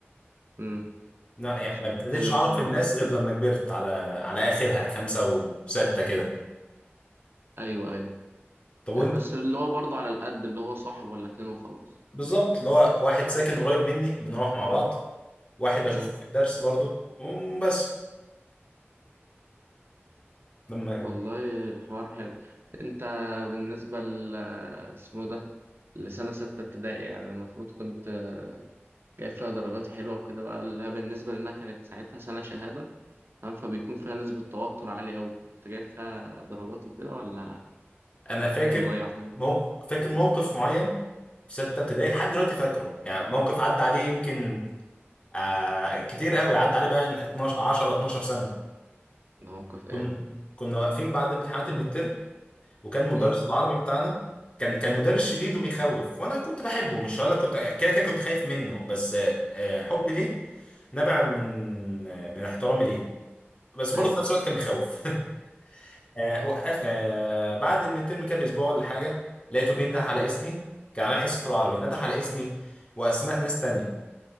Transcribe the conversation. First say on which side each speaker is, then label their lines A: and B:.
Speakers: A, on the right (about 60°); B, on the left (about 30°).
A: امم
B: لا يعني
A: كنتش
B: ما
A: بتتكلم
B: ابتديتش أعرف
A: مثلا مع
B: الناس
A: ناس كتير؟
B: غير لما كبرت على على آخرها خمسة وستة كده
A: أيوه أيوه
B: طب وأنت
A: آه، بس اللي هو برضه على القد اللي هو صاحب ولا اتنين وخلاص
B: بالظبط اللي هو واحد ساكن قريب مني بنروح مع بعض واحد بشوفه
A: مم.
B: في الدرس برضو وبس لما
A: والله الحوار حلو انت بالنسبة ل آه، اسمه ده لسنة ستة ابتدائي يعني المفروض كنت آه، جايب فيها درجات حلوة وكده بقى اللي هي بالنسبة لأنها كانت ساعتها سنة شهادة فاهم فبيكون فيها نسبة توتر عالية أوي كنت جايب فيها درجات وكده ولا
B: أنا فاكر
A: كنت مضيع فيها؟
B: موقف فاكر موقف معين في ستة ابتدائي لحد دلوقتي فاكره يعني موقف عدى عليه يمكن آه كتير قوي عدى عليه بقى 12 10 12 سنه
A: ده موقف
B: كنا
A: إيه؟
B: مم. كنا واقفين بعد امتحانات المتر وكان مم. مدرس
A: مم.
B: العربي بتاعنا كان كان مدرس شديد وبيخوف وانا كنت بحبه مش هقول لك كنت كده كده كنت خايف منه بس آه آه، حبي ليه نبع من آه من احترامي ليه بس
A: أيوه
B: برضه في نفس الوقت كان بيخوف <laughs> آه وقف آه بعد المترم كده باسبوع ولا حاجه لقيته بينده على
A: مم.
B: اسمي كان على حصه العربي نده على اسمي واسماء ناس تانية